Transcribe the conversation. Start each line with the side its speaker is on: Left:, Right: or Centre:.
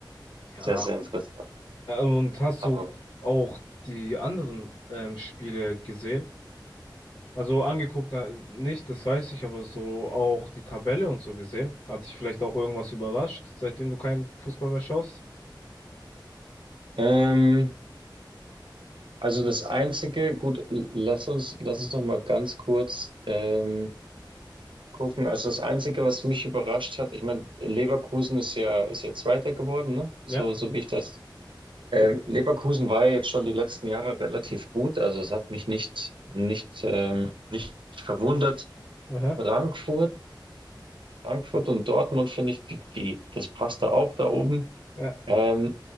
Left: Ja.
Right: sehr, sehr interessant.
Left: Äh, Und hast
Right: Aber
Left: du
Right: gut.
Left: auch die anderen ähm, Spiele gesehen? Also angeguckt na, nicht, das weiß ich, aber so auch die Tabelle und so gesehen. Hat dich vielleicht auch irgendwas überrascht, seitdem du keinen Fußball mehr schaust?
Right: ähm, also das Einzige, gut, l- lass uns, lass uns noch mal ganz kurz ähm, gucken. Also das Einzige, was mich überrascht hat, ich meine, Leverkusen ist ja, ist ja Zweiter geworden, ne?
Left: Ja,
Right: So, so wie ich das. Ähm, Leverkusen war ja jetzt schon die letzten Jahre relativ gut. Also es hat mich nicht, nicht, ähm, nicht verwundert.
Left: Aha.
Right: Frankfurt, Frankfurt und Dortmund finde ich, die, die, das passt da auch da oben.
Left: ja,
Right: Ähm,